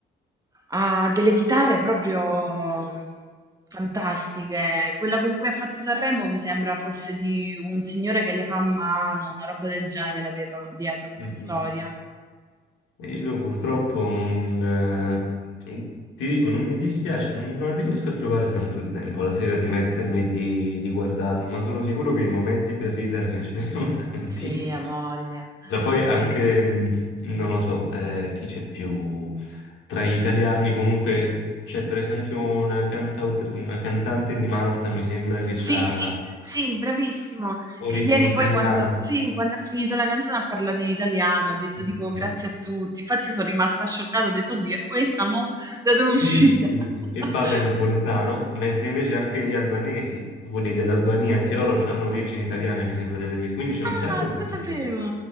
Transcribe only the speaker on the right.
Ha delle chitarre proprio fantastiche. Quella con cui ha fatto Sanremo mi sembra fosse di un signore che le fa a mano, una roba del genere aveva dietro come
storia.
Sì, ha voglia.
Sì.
Sì,
sì, sì, bravissimo.
Che ieri
poi quando, sì, quando ha finito la canzone ha parlato in italiano, ha detto
tipo grazie
a tutti. Infatti sono rimasta scioccata, ho detto, oddio, è questa, mo? Da dove è uscita?
<laughs>
Ah,
non
lo sapevo.